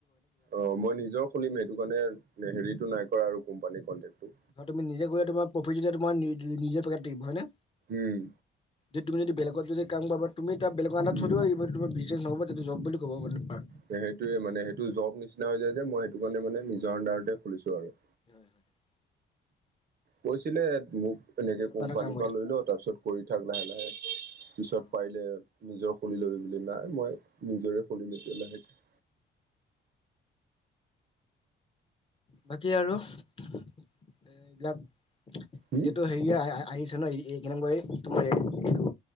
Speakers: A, on the right; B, on the left.
A: অ মই নিজৰ খুলিম সেইটো কাৰণে হেৰিতটো নাই কৰা আৰু কোম্পানীত। কণ্টেকটো।
B: ধ তুমি নিজে কৰি তোমাৰ প্ৰফিট যয়া তোম নিজে পেকট থাকিব হয় নে।
A: উম
B: যে তুমি যদি বেলেগত যদি কাম কৰিবা তুমি তাত বেলেগৰ আনদাৰত
A: উম
B: চলিবই লাগিব- বিজ নহব জব বুলি- ক'ব মানে তোমাৰ।
A: সেইটোয়ে মানে সেইটো জব নিচিনা হৈ যায় যে মই সেইটো কাৰণে মানে নিজৰ আনডাৰতে খুলিছোঁ আৰু-
B: হয় হয়- <inaudible>
A: কৈছিলে মোক- এনেকে
B: বেলেগৰ
A: কোম্পানীৰ
B: আন্দাৰত কাম কৰি
A: পৰা
B: থাক।
A: লৈ লও তাৰপিছত কৰি থাক লাহে লাহে পিছত
B: অ'
A: পাৰিলে- নিজৰ খুলি লবি বুলি নাই মই নিজৰে খুলিম এতিয় লাহেকৈ-
B: বাকী আৰু এ এইবিলাক
A: হম
B: এতিয়াতো হেৰি- আহিছে ন এই কেনেকৈ তোমাৰ এইটো